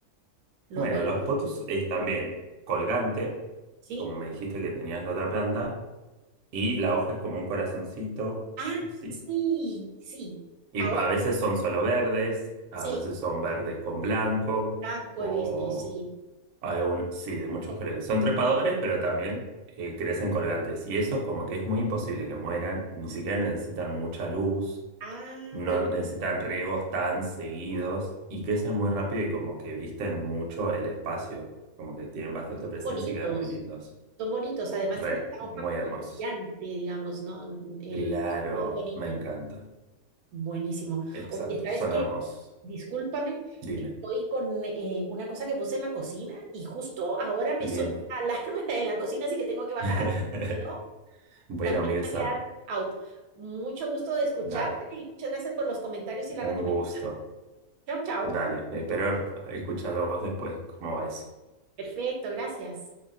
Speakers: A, on the right; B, on the right.
A: los
B: Bueno,
A: voy
B: los
A: a,
B: potus es también colgante,
A: sí.
B: como me dijiste que tenías la otra planta, y la hoja es como un corazoncito,
A: Ah,
B: así.
A: sí, sí,
B: Y
A: ahora
B: a veces son solo verdes, a
A: sí,
B: veces son verdes con blanco,
A: blanco
B: o
A: he visto, sí.
B: hay uno, sí, de
A: Mire.
B: muchos colores. Son trepadores, pero también eh, crecen colgantes. Y eso es como que es muy imposible que mueran, ni siquiera necesitan mucha luz
A: Ah,
B: no
A: buenísimo.
B: necesitan riegos tan seguidos y crecen muy rápido y como que visten mucho el espacio, como que tienen bastante presencia
A: Son bonitos.
B: y quedan muy lindos.
A: Son bonitos. Además
B: Re,
A: tienen la hoja
B: muy
A: como
B: hermosos.
A: brillante, digamos, ¿no? N- eh,
B: Claro,
A: y eso es muy bonito.
B: me encanta.
A: Buenísimo.
B: Exacto,
A: Oye, ¿sabes
B: son
A: qué?
B: hermosos.
A: Discúlpame,
B: Dime.
A: estoy con eh, una cosa que puse en la cocina y justo ahora me
B: Bien.
A: sonó la alarma <laughs> en la cocina, así que tengo que bajar
B: <laughs>
A: a ver. Si no,
B: Bueno,
A: también
B: Mirza,
A: va a quedar out. Mucho gusto de escucharte
B: dale,
A: y muchas gracias por los comentarios y la
B: un
A: recomendación.
B: gusto.
A: Chao, chao.
B: Dale, espero escuchar de vos después cómo va eso.
A: Perfecto, gracias.